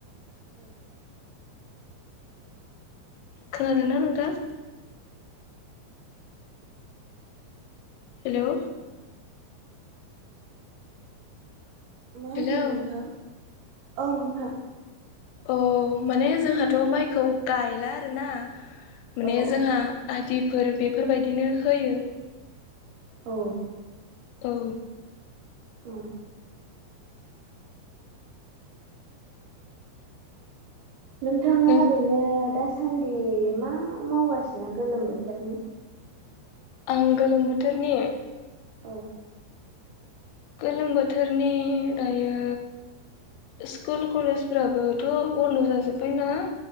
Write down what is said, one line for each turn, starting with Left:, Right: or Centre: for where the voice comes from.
Right: औ
Left: खोनादोंना नोंथां हेल'
Right: मा
Left: हेलौ
Right: होनदों नोंथां औ नोंथां
Left: औ माने जोंहाथ' माइखौ गायला आरोना माने
Right: औ
Left: जोंहा आदिफोर बेफोरबायदिनो होयो।
Right: औ।
Left: औ।
Right: औ नोंथाङा
Left: नों
Right: ओरैनो दासान्दि मा मावगासिनो गोलोम बोथोरनि?
Left: आं गोलोम बोथोरनि
Right: औ
Left: गोलोम बोथोरनि दायो। स्कुल कलेजफोराबोथ' बन्द' जाजोब्बायना